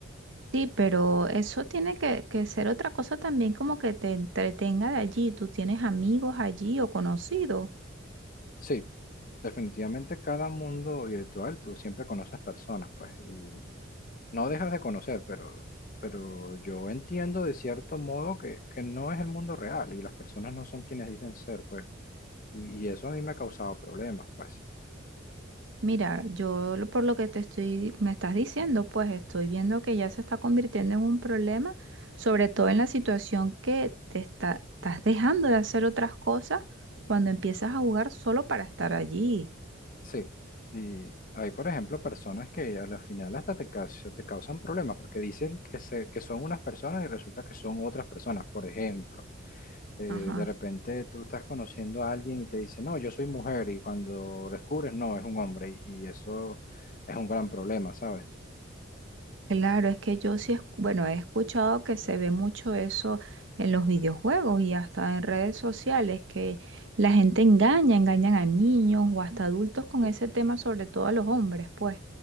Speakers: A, on the right (about 65°); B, on the left (about 45°).
A: Sí, pero eso tiene que, que ser otra cosa también como que te entretenga de allí. Tú tienes amigos allí o conocidos.
B: Sí, definitivamente cada mundo virtual tú siempre conoces personas, pues, y no dejas de conocer, pero, pero yo entiendo de cierto modo que, que no es el mundo real y las personas no son quienes dicen ser, pues, y, y eso a mí me ha causado problemas, pues.
A: Mira, yo lo- por lo que te estoy, me estás diciendo, pues estoy viendo que ya se está convirtiendo en un problema, sobre todo en la situación que te está, estás dejando de hacer otras cosas cuando empiezas a jugar solo para estar allí.
B: Sí, y hay, por ejemplo, personas que a la final hasta te, caus- te causan problemas porque dicen que, se, que son unas personas y resulta que son otras personas. Por ejemplo, eh,
A: Ajá.
B: de repente tú estás conociendo a alguien y te dice, no, yo soy mujer y cuando descubres, no, es un hombre y, y eso es un gran problema, ¿sabes?
A: Claro, es que yo sí, es- bueno, he escuchado que se ve mucho eso en los videojuegos y hasta en redes sociales, que la gente engaña, engañan a niños o hasta adultos con
B: Sí.
A: ese tema, sobre todo a los hombres, pues.